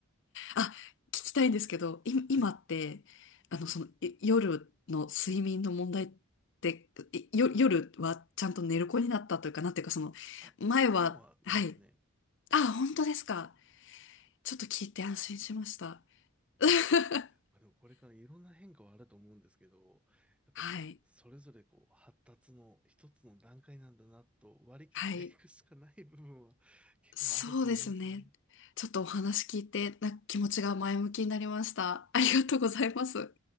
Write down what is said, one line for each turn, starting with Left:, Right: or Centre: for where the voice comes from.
Left: あ、聞きたいんですけど、い、
Centre: はい。
Left: 今って、あの、その、い夜の睡眠の問題って、いよ、夜はちゃんと寝る子になったというか、なんていうか、その、
Centre: あ、今、
Left: 前は、
Centre: 今は寝ますね。
Left: はい。あ、本当ですか。ちょっと聞いて安心しました。<laughs>
Centre: まあでも、これからいろんな変化はあると思うんですけど、やっぱこう、
Left: はい。
Centre: それぞれこう、発達の一つの段階なんだなと割り切っていくしかない部分は結構あると思いますね。
Left: はい。そうですね。ちょっとお話聞いて、な、気持ちが前向きになりました。ありがとうございます。